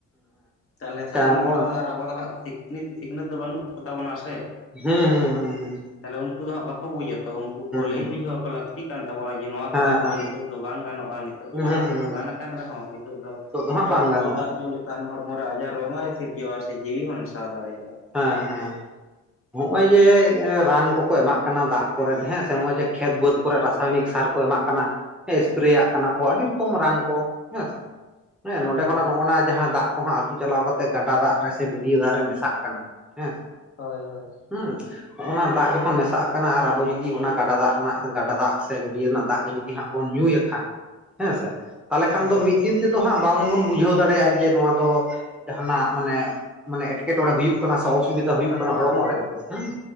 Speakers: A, on the left (about 45°); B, in the centre.
A: ᱛᱟᱦᱚᱞᱮ ᱥᱟᱱᱟᱢ
B: ᱱᱚᱜᱼᱚᱭ
A: ᱦᱚᱲ ᱛᱚ ᱟᱨ ᱟᱵᱚ ᱫᱚ ᱦᱟᱸᱜ ᱥᱤᱠᱷᱹ ᱥᱤᱠᱷᱱᱟᱹᱛ ᱫᱚ ᱵᱟᱹᱱᱩᱜ ᱠᱚᱛᱟ ᱵᱚᱱᱟ ᱥᱮ ᱾
B: ᱦᱮᱸ ᱦᱮᱸ ᱦᱮᱸ ᱦᱮᱸ
A: ᱛᱟᱦᱚᱞᱮ ᱩᱱᱠᱩ ᱫᱚ ᱦᱟᱸᱜ ᱵᱟᱠᱚ ᱵᱩᱡᱟ ᱛᱚ ᱩᱱᱠᱩ ᱠᱚ ᱞᱟᱹᱭ
B: ᱦᱩᱸ
A: ᱵᱩᱡᱷᱟᱹᱣ ᱣᱟᱠᱚ ᱞᱟᱹᱠᱛᱤ ᱠᱟᱱ ᱛᱟᱵᱚᱱᱟ ᱡᱮ ᱱᱚᱣᱟ
B: ᱦᱮᱸ
A: ᱠᱚ ᱫᱟᱜ
B: ᱦᱮᱸ
A: ᱫᱚ ᱱᱤᱛᱚᱜ ᱫᱚ ᱵᱟᱝ ᱜᱟᱱᱚᱜᱼᱟ ᱱᱤᱛᱚᱜ
B: ᱦᱩᱸ
A: ᱞᱟᱦᱟ ᱛᱮᱫᱚ
B: ᱦᱩᱸ
A: ᱜᱟᱱ ᱟᱠᱟᱱ ᱨᱮᱦᱚᱸ ᱱᱤᱛᱚᱜ ᱫᱚ
B: ᱦᱟᱸᱜ
A: ᱱᱚᱣᱟ
B: ᱵᱟᱝ
A: ᱠᱚ
B: ᱜᱟᱱᱚᱜᱼᱟ
A: ᱫᱟᱜ ᱧᱩ ᱞᱮᱠᱟ ᱠᱷᱟᱱ ᱦᱚᱲᱢᱚ ᱨᱮ ᱟᱡᱟᱨ ᱵᱮᱤᱢᱟᱨᱮ ᱥᱤᱨᱡᱟᱹᱜᱼᱟ ᱥᱮ ᱡᱤᱣᱤ ᱦᱚᱸ ᱱᱟᱥᱟᱣ ᱫᱟᱲᱮᱭᱟᱜᱼᱟ ᱾
B: ᱦᱮᱸ ᱦᱮᱸ ᱾ ᱱᱚᱜ ᱚᱭ ᱡᱮ ᱨᱟᱱ ᱠᱚᱠᱚ ᱮᱢᱟᱜ ᱠᱟᱱᱟ ᱫᱟᱜ ᱠᱚᱨᱮ ᱦᱮᱸ ᱥᱮ ᱱᱚᱜ ᱚᱭ ᱡᱮ ᱠᱷᱮᱛ ᱵᱟᱹᱫᱽ ᱠᱚᱨᱮ ᱨᱟᱥᱟᱭᱚᱱᱤᱠ ᱥᱟᱨ ᱠᱚ ᱠᱚ ᱮᱢᱟᱜ ᱠᱟᱱᱟ ᱮᱥᱯᱨᱮᱭᱟᱜ ᱠᱟᱱᱟ ᱠᱚ ᱟᱹᱰᱤ ᱨᱚᱠᱚᱢ ᱨᱟᱱ ᱠᱚ ᱦᱮᱸ ᱥᱮ, ᱦᱮᱸ
A: ᱦᱳᱭ
B: ᱱᱚᱰᱮ ᱠᱷᱚᱱᱟᱜ
A: ᱦᱳᱭ
B: ᱱᱚᱜᱼᱚ ᱱᱟ ᱡᱟᱦᱟᱸ ᱫᱟᱜ ᱠᱚ ᱦᱟᱸᱜ ᱟᱹᱛᱩ ᱪᱟᱞᱟᱣ ᱠᱟᱛᱮᱜ ᱜᱟᱰᱟ ᱫᱟᱜ ᱨᱮ ᱥᱮ ᱜᱟᱹᱰᱭᱟᱹ ᱫᱟᱜ ᱨᱮ ᱢᱮᱥᱟᱜ ᱠᱟᱱᱟ ᱦᱮᱸ ᱥᱮ
A: ᱦᱳᱭ ᱦᱳᱭ ᱾
B: ᱦᱩᱸ ᱱᱚᱜᱼᱱᱟ ᱫᱟᱜ ᱡᱚᱠᱷᱚᱱ ᱢᱮᱥᱟᱜ ᱠᱟᱱᱟ ᱟᱨ ᱟᱵᱚ ᱡᱩᱫᱤ ᱚᱱᱟ ᱜᱟᱰᱟ ᱫᱟᱜ ᱨᱮᱱᱟᱜ ᱜᱟᱰᱟ ᱫᱟᱜ ᱥᱮ ᱜᱟᱹᱰᱭᱟᱹ ᱨᱮᱱᱟᱜ ᱫᱟᱜ ᱜᱮ ᱡᱩᱫᱤ ᱦᱟᱸᱜ ᱵᱚᱱ ᱧᱩᱭ ᱮᱫ ᱠᱷᱟᱱ ᱦᱮᱸᱥᱮ ᱛᱟᱦᱚᱞᱮ ᱠᱷᱟᱱ
A: ᱦᱳᱭ
B: ᱫᱚ ᱢᱤᱫ ᱫᱤᱱ ᱛᱮᱫᱚ ᱦᱟᱸᱜ ᱵᱟᱝᱵᱚᱱ ᱵᱩᱡᱷᱟᱹᱣ ᱫᱟᱲᱮᱭᱟᱜᱼᱟ ᱡᱮ ᱱᱚᱣᱟ ᱫᱚ ᱡᱟᱦᱟᱱᱟᱜ ᱢᱟᱱᱮ ᱢᱟᱱᱮ ᱮᱴᱠᱮᱴᱚᱬᱮ ᱦᱩᱭᱩᱜ ᱠᱟᱱᱟ ᱥᱮ ᱚᱥᱩᱵᱤᱫᱟ ᱦᱩᱭᱩᱜ ᱠᱟᱱᱟ
A: ᱥᱮ ᱵᱟᱝ
B: ᱦᱚᱲᱢᱚ
A: ᱦᱳᱭ
B: ᱨᱮ
A: ᱦᱳᱭ
B: ᱦᱩᱸ